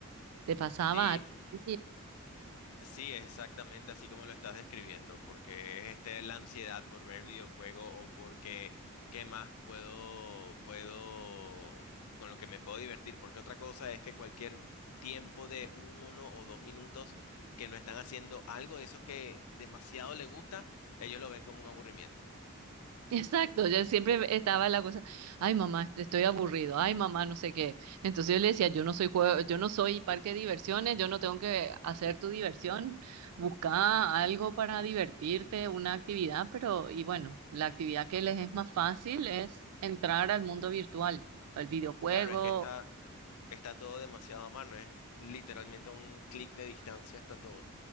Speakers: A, on the right; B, on the left.
A: Te pasaba
B: sí,
A: algo.
B: sí, exactamente así como lo estás describiendo, porque es este, la ansiedad por ver videojuego o porque, ¿qué más puedo, puedo, con lo que me puedo divertir? Porque otra cosa es que cualquier tiempo de uno o dos minutos que no están haciendo algo de esos que demasiado le gusta, ellos lo ven como un aburrimiento.
A: Exacto, yo siempre estaba la cosa, ay mamá, estoy aburrido, ay mamá, no sé qué. Entonces yo le decía, yo no soy juego, yo no soy parque de diversiones, yo no tengo que hacer tu diversión, busca algo para divertirte, una actividad, pero y bueno, la actividad que les es más fácil es entrar al mundo virtual, al videojuego
B: Claro, es que está, está todo demasiado a mano, es literalmente a un clic de distancia está todo.